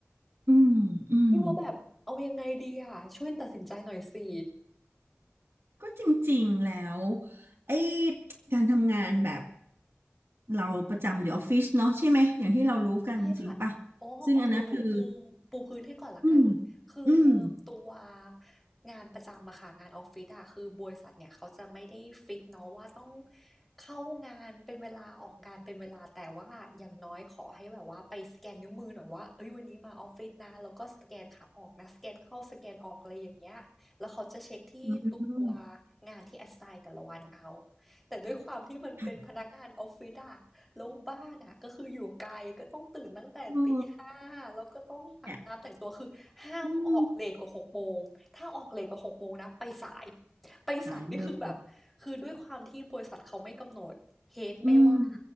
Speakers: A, on the right (about 60°); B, in the centre.
A: อืมอืม
B: พี่ว่าแบบเอายังไงดีอ่ะช่วยตัดสินใจหน่อยสิ
A: ก็จริงๆแล้วไอ้การทำงานแบบเราประจำอยู่ออฟฟิศเนาะใช่ไหมอย่างที่เรารู้กันจริงป่ะ
B: ใช่ค่ะอ๋ออ๋อเดี๋ยวหนูปู
A: ซึ่งอันนั้นคือ
B: ปูพื้นให้ก่อนละกัน
A: อืม
B: คือเดิมตัว
A: อืม
B: งานประจำอะค่ะงานออฟฟิศอะคือบริษัทเนี่ยเขาจะไม่ได้ฟิกเนาะว่าต้องเข้างานเป็นเวลาออกงานเป็นเวลาแต่ว่าอย่างน้อยขอให้แบบว่าไปสแกนนิ้วมือหน่อยว่าเอ้ยวันนี้มาออฟฟิศนะแล้วก็สแกนขาออกนะสแกนเข้าสแกนออกอะไรอย่างเงี้ยแล้วเขาจะเช็คที่ตัว
A: อืม
B: งานที่ assign แต่ละวันเอาแต่ด้วยความที่มันเป็นพนักงานออฟฟิศอะ
A: ค่ะ
B: แล้วบ้านอะก็คืออยู่ไกลก็ต้องตื่นตั้งแต่ตีห้าแล้วก็ต้องอาบน้ำแต่งตัวคือห้ามออกเลทกว่าหกโมงถ้าออกเลทกว่าหกโมงนะไปสาย
A: โอ้เนี่ยอืม
B: ไปสายนี่คือแบบคือด้วยความที่บริษัทเขาไม่กำหนดเฮดไม่ว่า
A: สายเลยอืม